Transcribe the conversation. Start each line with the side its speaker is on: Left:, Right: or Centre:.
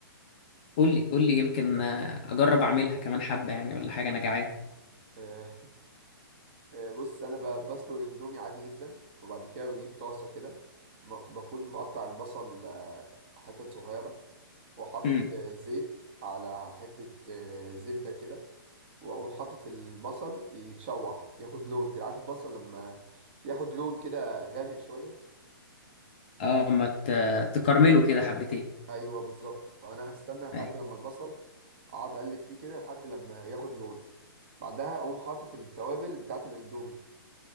Left: قول لي قول لي يمكن آه، اجرب اعملها كمان حبه يعني ولا حاجه انا جعان
Right: آه آه بص انا ب- بسلق الاندومي عادي جدا وبعد كده بجيب طاسه كده م- بكون مقطع البصل آه، حتت صغيره وحاطط
Left: امم
Right: آه، زيت على حته آه، زبده كده واقوم حاطط البصل يتشوح ياخد لون كده عارف البصل لما ياخد لون كده غامق شويه
Left: اه ما ت- تكرمله كده حبتين
Right: ايوه بالظبط فانا هستنى لحد
Left: أيوة.
Right: لما البصل اقعد اقلب فيه كده لحد لما ياخد لون بعدها اقوم حاطط التوابل بتاعه الاندومي